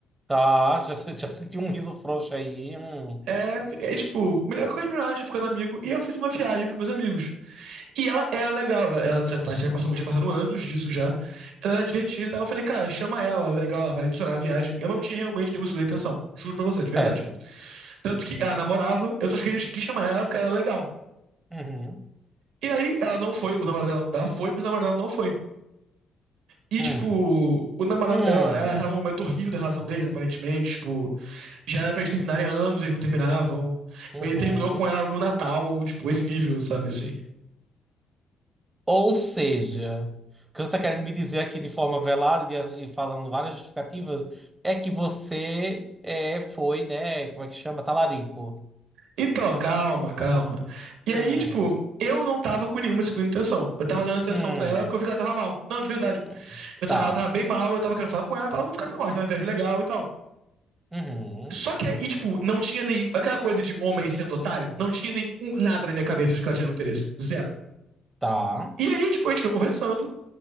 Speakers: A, on the right; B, on the right.
A: Tá, já, se- já senti um riso frouxo aí. hum.
B: É, é tipo, melhor coisa melhor, a gente ficando amigo. E eu fiz uma viagem com os meus amigos. E ela era legal, ela já, tá- já passou, já passaram anos disso já. Ela era divertida, e eu falei, cara, chama ela, é legal, ela vai adicionar a viagem. Eu não tinha realmente nenhuma segunda intenção, juro pra você, de verdade.
A: Certo.
B: Tanto que ela namorava, eu só queria quis chamar ela porque ela era legal.
A: Uhum.
B: E aí ela não foi, o namorado dela, ela foi, mas o namorado dela não foi. E,
A: Hum.
B: tipo, o namorado
A: Hum.
B: dela, ela tava num momento horrível da relação deles, aparentemente. Tipo, já era pra eles terminarem há anos, eles não terminavam.
A: Uhum.
B: Ele terminou com ela no Natal, tipo, esse nível, sabe, assim.
A: Ou seja, o que você está querendo me dizer aqui de forma velada e e falando várias justificativas é que você é, foi, né? Como é que chama? Talarico.
B: Então, calma, calma. E
A: Hum.
B: aí, tipo, eu não tava com nenhuma segunda intenção. Eu tava dando atenção
A: Hum.
B: pra ela porque eu vi que ela tava mal. Não, de verdade.
A: hum.
B: Eu
A: Tá.
B: tava, ela tava bem mal, eu tava querendo falar com ela pra ela não ficar tão mal. Tava uma viagem legal e tal.
A: Uhum.
B: Só que, e, tipo, não tinha nenhum. Aquela coisa de homem sendo otário, não tinha nenhum, nada na minha cabeça de que ela tinha nenhum interesse. Zero.
A: Tá.
B: E aí, tipo, a gente foi conversando.